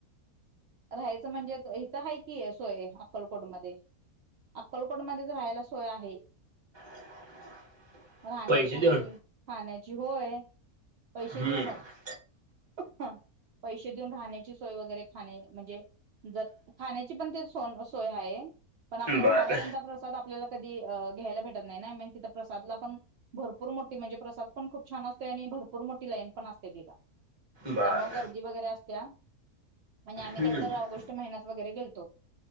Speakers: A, on the right; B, on the right.
A: राहायचं म्हणजे हिथं आहेती आहे सोय अक्कलकोटमध्येध्ये अक्कलकोटमध्येच राहायला सोय आहे
B: <inaudible>
A: राहण्याची
B: देऊन
A: खाण्याची होय पैसे
B: हम्म
A: देऊनच हा ऊन राहण्याची सोय वगैरे खा म्हणजे ज खाण्याची पण ते स सोय आहे पण आपला
B: बर
A: महाराजांचा प्रसाद आपल्याला कधी घ्यायला भेटत नाही ना म तिथं प्रसादला पण भरपूर मोठी म्हणजे प्रसाद पण खूप छान असते आणि भरपूर मोठी लाईन पण असते तिला त्यामुळे
B: बर
A: गर्दी वगैरे असत्या म्हणजे आम्ही
B: हम्म
A: काहीत राहूो व गो